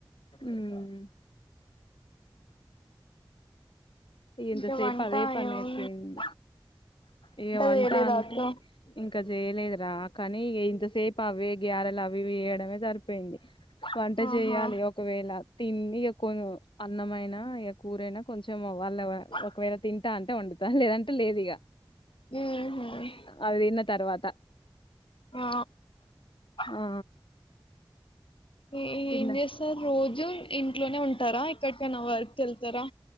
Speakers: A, on the left; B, on the left.
A: ఉమ్ ఇంతా
B: ఇంకా
A: సేప్
B: వంట
A: అదే పని
B: ఏం
A: అయిపోయింది ఇగ వంట
B: చేయలేదా
A: అంటే
B: అక్క
A: ఇంకా చేయలేద్ దా కానీ ఈ ఇంతసేపు అవి గ్యారెలు అవి ఇవి వేయడమే సరిపోయింది వంట
B: ఆహా
A: చేయాలి ఒకవేళ తిని ఇగో కొ అన్నమైనా ఇగ కూరైనా కొంచెం వాళ్ళ వా ఒకవేళ తింటా అంటే వండుతా లేదంటే లేదు ఇగ
B: మ్మ్ హ్మ్
A: అవి తిన్న తర్వాత
B: ఆ
A: ఆ
B: ఎ
A: తిన్నా
B: ఏం చేస్తారు రోజు ఇంట్లోనే ఉంటారా ఎక్కడికైనా వర్క్ కెళ్తారా